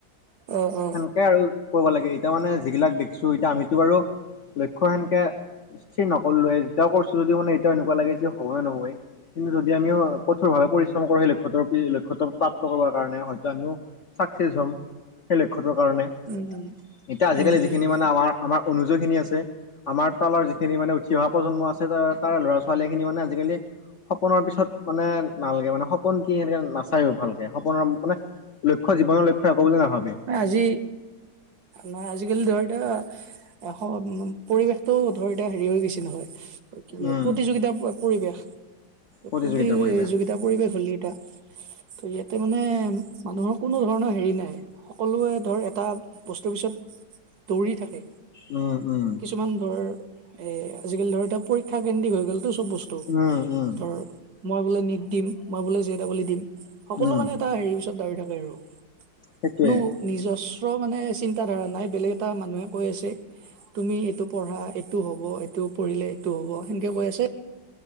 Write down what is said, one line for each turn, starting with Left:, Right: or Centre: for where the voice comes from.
Right: অ অ'
Left: তে আৰু কৰিব লাগে এতিয়া মানে যিগিলাক দেখছো এতিয়া আমিতো বাৰু লক্ষ্য় সেনকে- ছেই নকলোৱেই যেইটা কৰছো যদি মানে এতিয়াও এনেকুৱা লাগে যে হবই নহবয়। কিন্তু, যদি আমি কঠোৰ ভাৱে পৰিশ্ৰম কৰো সেই লক্ষ্য লক্ষ্যত প্ৰাপ্ত কৰিব কাৰণে হয়তো আমিও- চাকচেচ হ'ম, সেই লক্ষ্যটোৰ কাৰণে।
Right: উম উম'
Left: এতিয়া আজিকালি
Right: উম
Left: যিখিনি
Right: উম উম
Left: মানে আমাৰ আমাৰ অনুযয়ী খিনি আছে- আমাৰ তলৰ যিখিনি মানে উঠি অহা প্ৰজন্ম আছে ত তাৰে ল'ৰা ছো- ছোৱালী খিনি মানে আজিকালি সপোনৰ পিছত মানে নালাগে মানে সপোন কি সেনেকে নাচ- চাইও ভালকে সপোনৰ মানে লক্ষ্য জীৱনৰ লক্ষ একো বুলি নাভাবে।
Right: আজি ন আজিকালি ধৰ দে এশ পৰিৱেশ- টো ধৰ এতিয়া হেৰি হৈ গৈছে নহয়, কি বুলি কয়
Left: উম
Right: প্ৰতিযোগিতা পৰিৱেশ।
Left: প্ৰতিযোগিতা
Right: পতিযোগিতা-
Left: কৰিবা
Right: টা পৰিৱেশ হ'লে এটা ত' ইয়াতে মানে মানুহৰ কোনো ধৰণৰ হেৰি নাই। সকলোৱে ধৰ এটা বস্তুৰ পিছত দৌৰি থাকে।
Left: উম উম'
Right: কিছুমান ধৰ এ আজিকালি ধৰ এতিয়া পৰীক্ষা কেন্দ্ৰিক হৈ গ'লতটো চব বস্তু-
Left: উম উম
Right: তৌ ধৰ, মই বোলে নিদ দিম মই বোলে জে ডাবল ই দিম। ত'- সকলো
Left: উম
Right: মানে এটা হেৰিৰ পিছত দাৰি থাকে আৰু।
Left: সেইটোৱে
Right: কোনো নিজস্ব মানে চিন্তা ধাৰা নাই বেলেগ এটা মানুহে কৈ আছে- তুমি এইটো পঢ়া এইটো হব এইটো পঢ়িলে এইটো হ'ব সেনেকে কৈ আছে।